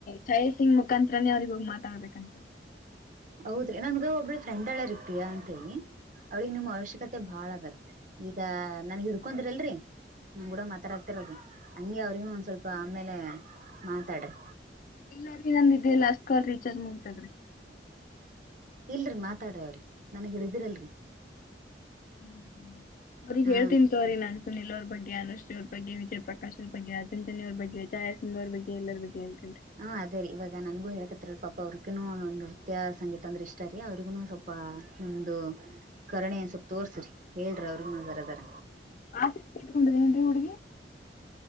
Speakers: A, on the left; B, on the right.
A: ಛಾಯಾ ಸಿಂಗ್ ಮುಖಾಂಂತರನೇ ಅವ್ರಿಗೆ ಹೋಗಿ ಮಾತಾಡ್ಬೇಕಂತ
B: ಹೌದ್ರಿ ನನ್ಗೆ ಒಬ್ಬಳ ಫ್ರೆಂಡ್ ಅಳ ರಿ ಪ್ರಿಯಾ ಅಂತ ಹೇಳಿ ಅವಳಿಗೆ ನಿಮ ಅವಶ್ಯಕತೆ ಬಾಳದರಿ ಈಗ ನನಗ ಹಿಡ್ಕೊಂಡ. ದಲ್ರಿ ನಮ್ ಕೂಡ ಮಾತಾಡ ಕತ್ತರ್ ಹಂಗೆ ಅವ್ರಿಗ ಒಂದ್ ಸ್ವಲ್ಪ ಆಮೇಲೆ. ಮಾತಾಡ್ರಿ.
A: ಎಲ್ಲರಿ ನಂದ ಇದೇ ಲಾಸ್ಟ್ ಕಲ್ ರೀಚಾರ್ಜ್ ಮುಗೀತಾದ್ರಿ.
B: ಇಲ್ರಿ ಮಾತಾಡ್ರಾ ಅವ್ರಿಗೆ ನನಗ ಹೇಳಿದರಲ್ರಿ.
A: ಹ್ಮ ಅವ್ರಿಗೆ
B: ಹಾ
A: ಹೇಳ್ತನ್. ಸ್ಟೋರಿ ನನ್ ಸುನಿಲ್ ಅವ್ರ ಬಗ್ಗೆ ಅನುಶ್ರೀ ಅವರ ಬಗ್ಗೆ ವಿಜಯಪ್ರಕಶ್ಅವರ ಬಗ್ಗೆ ಅರ್ಜುನ ಜನ್ಯ ಅವರ ಬಗ್ಗೆ ಚಾಯಸಿಂಗ್. ಇನ್ನವ್ರ ಬಗ್ಗೆ ಎಲ್ಲರ ಬಗ್ಗೆ ಹೇಳತಿನ್ರಿ.
B: ಹ್ಮ ಅದೇ ರೀ ಇವಾಗ ನನ್ಗು ಹ ಹೇಳಕತ್ರಿರಿ ಪಾಪ ಅವ್ರಿಗೂ ನೃತ್ಯ ಸಂಗೀತ ಅಂದ್ರೆ ಇಷ್ಟ ರೀ ಅವ್ರಿಗೂನು ಸ್ವಲ್ಪ. ಪ್ಪ ನಿಮ್ದು ಕರುಣೆ ಸ್ವಲ್ಪ್ ತೋರ್ಸ್ರಿ ಹೇಳ್ರಿ ಅವ್ರಿಗ್ ನ ಜರದರ.
A: ಆಸೀ ಇಟ್ಕೊಂಡದೇನನ್ ರೀ ಹುಡುಗಿ.